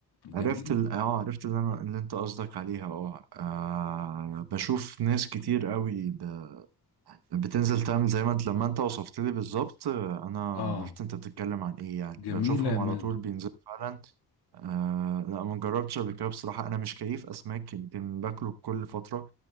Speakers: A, on the left; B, on the right.
A: جميل
B: عرفت ال... اه عرفت اللي انا اللي انت قصدك عليها اه آه، بشوف ناس كتير قوي ب... بتنزل تعمل زي ما انت لما انت وصفت لي بالظبط آه، انا
A: اه
B: عرفت انت بتتكلم عن ايه يعني
A: جميلة
B: بشوفهم
A: يا مادة
B: على طول بينزلوا فعلا آه لا ما جربتش قبل كده بصراحة أنا مش كيف أسماك يمكن باكله بكل فترة